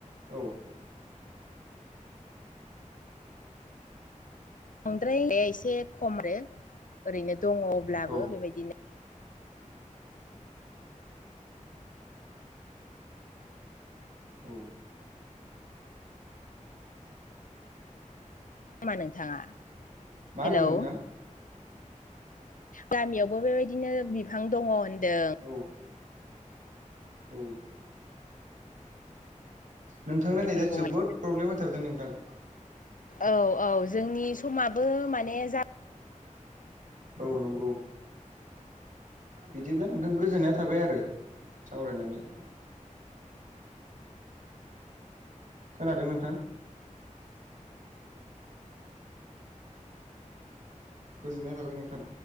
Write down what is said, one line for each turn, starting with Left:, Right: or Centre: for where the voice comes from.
Right: औ
Left: बांद्रायाया एसे खम आरो ओरैनो दङ अब्लाबो
Right: औ
Left: बेबायदिनो
Right: औ
Left: नामा नोंथाङा
Right: मा
Left: हेलौ
Right: होनदों नोंथां
Left: गामियावबो बेबायदिनो बिफां दङ होनदों
Right: औ औ नोंथांना
Left: बेफोरखौहाय
Right: नेटआ जोबोद प्रब्लेम होथारोदां नोंथां
Left: औ औ जोंनि समाबो माने जा
Right: औ नंगौ बिदिब्ला नोंथां गोजोननाया थाबाय आरो सावरायनानै खोनादों नोंथां गोजोननाय थाबाय नोंथां